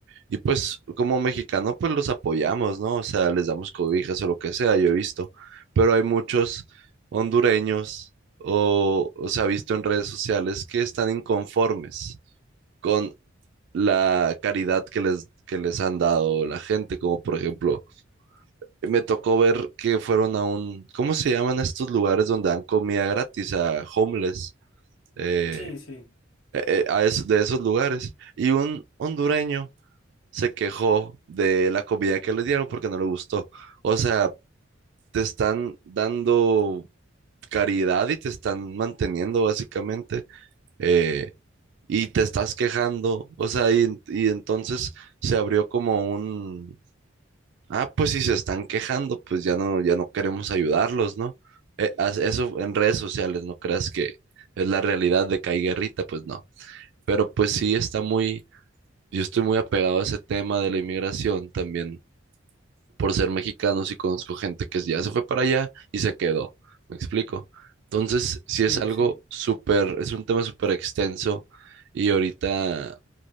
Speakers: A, on the right; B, on the left.
A: y pues como mexicano, pues los apoyamos, ¿no? O sea, les damos cobijas o lo que sea, yo he visto. Pero hay muchos hondureños o, o se ha visto en redes sociales que están inconformes con la caridad que les, que les han dado la gente. Como por ejemplo, me tocó ver que fueron a un, ¿cómo se llaman estos lugares donde dan comida gratis a homeless? Eh,
B: sí, sí,
A: eh, eh, a es- de esos lugares. Y un hondureño se quejó de la comida que le dieron porque no le gustó. O sea, te están dando caridad y te están manteniendo básicamente eh, y te estás quejando. O sea, y, y entonces se abrió como un, ah, pues si se están quejando, pues ya no, ya no queremos ayudarlos, ¿no? Eh, as- eso en redes sociales, no creas que es la realidad de que hay guerrita, pues no. Pero pues sí está muy, yo estoy muy apegado a ese tema de la inmigración también por ser mexicanos y conozco gente que ya se fue para allá y se quedó. ¿Me explico? Entonces, sí es
B: sí,
A: algo
B: sí.
A: súper, es un tema súper extenso y ahorita